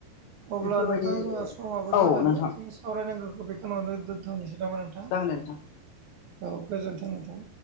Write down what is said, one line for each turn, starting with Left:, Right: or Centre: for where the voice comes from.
Right: अब्ला
Left: बेफोरबायदि
Right: नोंथां जोंहा समाबो
Left: औ
Right: जाबायमोन
Left: नोंथां
Right: जों सावरायनांगौखौ बेखिनियावनो दो-दोनथ'नोसै नामा नोंथां?
Left: जागोनदे नोंथां।
Right: औ गोजोन्थों नोंथां।